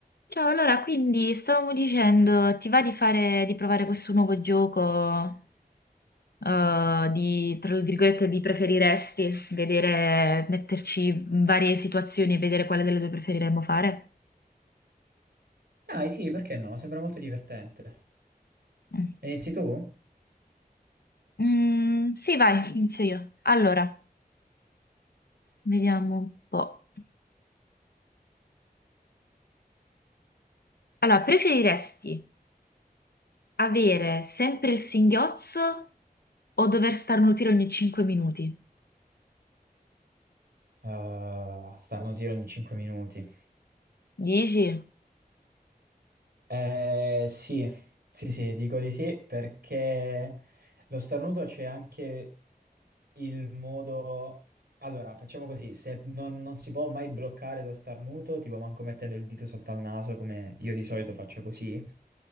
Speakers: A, on the left; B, on the right.
A: Ciao, allora, quindi stavamo dicendo, ti va di fare, di provare questo nuovo gioco, eh, di, tra virgolette, di preferiresti, vedere, metterci in varie situazioni e vedere quale delle due preferiremmo fare?
B: Dai, sì, perché no? Sembra molto divertente.
A: Mm.
B: Inizi tu?
A: Mm, sì, vai, inizio io. Allora, vediamo un po'. Allora, preferiresti avere sempre il singhiozzo o dover starnutire ogni 5 minuti?
B: Ah, starno tiro in 5 minuti.
A: Dici?
B: Eh, sì, sì, sì, dico di sì perché lo starnuto c'è anche il modo... Allora, facciamo così, se non, non si può mai bloccare lo starnuto, tipo manco mettendo il dito sotto al naso, come io di solito faccio così,